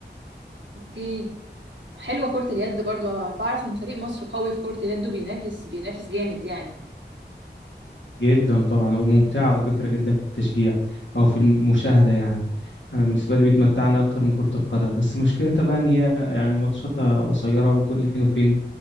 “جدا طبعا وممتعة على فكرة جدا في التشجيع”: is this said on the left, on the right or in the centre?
Left